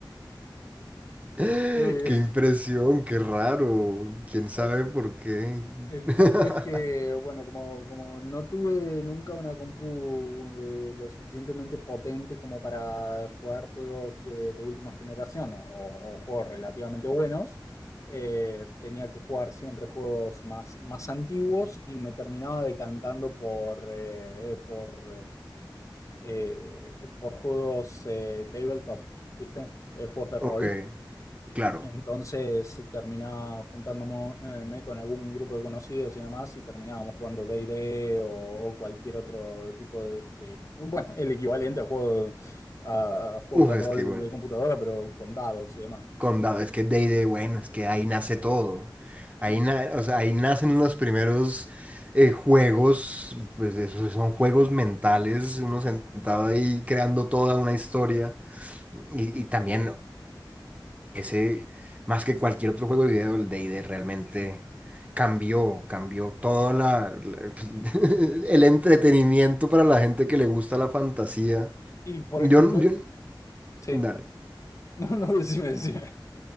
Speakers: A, on the right; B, on the left.
A: Qué
B: Eh,
A: impresión, qué raro. ¿Quién sabe
B: eh,
A: por qué?
B: el
A: <laughs>
B: punto es que, bueno, como, como no tuve nunca una compu eh, lo suficientemente potente como para jugar juegos de, de última generación o, o juegos relativamente buenos, eh, tenía que jugar siempre juegos más, más antiguos y me terminaba decantando por, eh, eh, por eh, eh, por juegos eh, tabletop, ¿viste? Eh, juegos de rol.
A: Ok, claro.
B: Entonces terminaba juntándome eh, con algún grupo de conocidos y demás y terminábamos jugando D&D o, o cualquier otro tipo de, de- bueno, el equivalente a, juego, a juegos
A: Uf,
B: de rol
A: es que bueno,
B: de computadora, pero con dados y demás.
A: Condado, es que D&D, bueno, es que ahí nace todo. Ahí,
B: Y,
A: na- o sea, ahí nacen los primeros eh, juegos, pues esos son juegos mentales, uno sentado ahí creando toda una historia. Y, y también ese, más que cualquier otro juego de video, el D&D realmente cambió, cambió todo la, la- <laughs> el entretenimiento para la gente que le gusta la fantasía.
B: y por
A: Yo,
B: ejemplo,
A: yo,
B: sí,
A: dale.
B: <laughs> no, no, decime, decime.